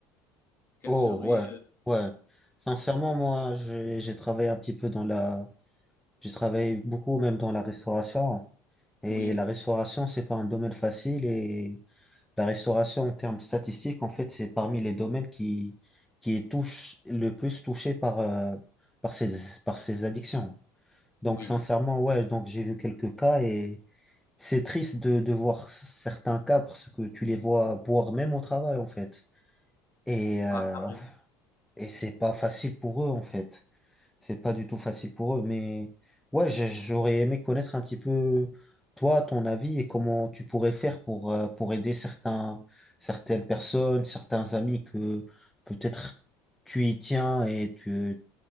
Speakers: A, on the left; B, in the centre.
A: Quel
B: Oh,
A: serait,
B: ouais,
A: euh,
B: ouais. Sincèrement, moi, j'ai, j'ai travaillé un petit peu dans la, j'ai travaillé beaucoup même dans la restauration et
A: oui,
B: la restauration, c'est pas un domaine facile et La restauration, en termes statistiques, en fait, c'est parmi les domaines qui, qui est touche, le plus touché par, euh, par ces, par ces addictions. Donc,
A: oui,
B: sincèrement, ouais, donc j'ai vu quelques cas et c'est triste de, de voir certains cas parce que tu les vois boire même au travail, en fait. Et, euh,
A: ah, ah,
B: en- et c'est pas facile pour eux, en fait. C'est pas du tout facile pour eux, mais ouais, j'ai- j'aurais aimé connaître un petit peu toi, ton avis et comment tu pourrais faire pour, euh, pour aider certains, certaines personnes, certains amis que peut-être tu y tiens et tu,